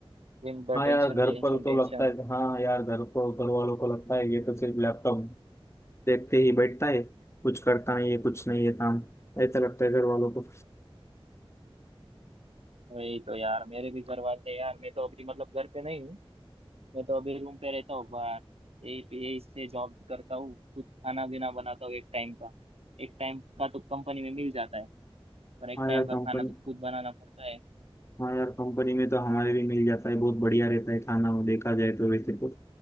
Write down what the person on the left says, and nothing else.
हाँ यार
घर
पर तो
लगता है हाँ यार घर पर घर वालों को लगता है ये तो सिर्फ लैपटॉप देखते ही बैठता है कुछ करता नहीं है कुछ नहीं है काम ऐसा लगता है घर वालों को
हाँ
यार
कंपनी
हाँ यार कंपनी में तो हमारे भी मिल जाता है बहुत बढ़िया रहता है खाना वो देखा जाए तो वैसे तो